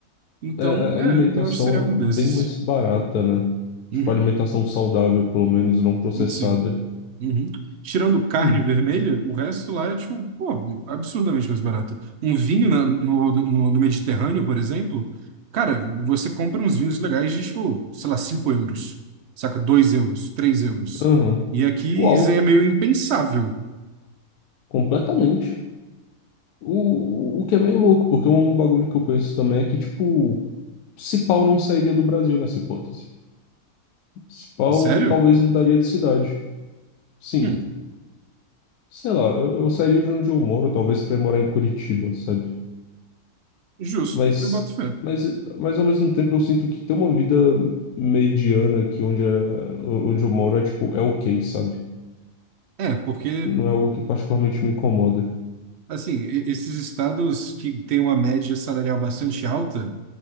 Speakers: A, on the right; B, on the left.
A: Então,
B: É, a
A: é,
B: alimentação
A: eu acho que seria algum
B: é
A: desses.
B: bem mais barata, né?
A: Uhum,
B: Tipo, a alimentação saudável, pelo menos, não processada.
A: sim. Uhum. Tirando carne
B: Hum,
A: vermelha, o resto lá é, tipo, pô, absurdamente mais barato. Um vinho na- no, no, no Mediterrâneo, por exemplo, cara, você compra uns vinhos legais de, tipo, sei lá, 5 euros, saca? dois euros, três euros.
B: aham.
A: E aqui
B: Uau,
A: isso aí é meio impensável.
B: completamente. O, o que é meio louco, porque um bagulho que eu penso também é que, tipo, se pau não sairia do Brasil nessa hipótese. Se pau
A: Sério?
B: talvez mudaria de cidade. Sim.
A: Hum,
B: Sei lá, eu, eu sairia de onde eu moro, talvez pra ir morar em Curitiba, sabe?
A: justo,
B: Mas,
A: eu boto fé.
B: mas, mas ao mesmo tempo eu sinto que ter uma vida mediana aqui onde, é, onde eu moro é tipo, é ok, sabe?
A: É, porque,
B: Não é algo que particularmente me incomoda.
A: assim, e- esses estados que têm uma média salarial bastante alta,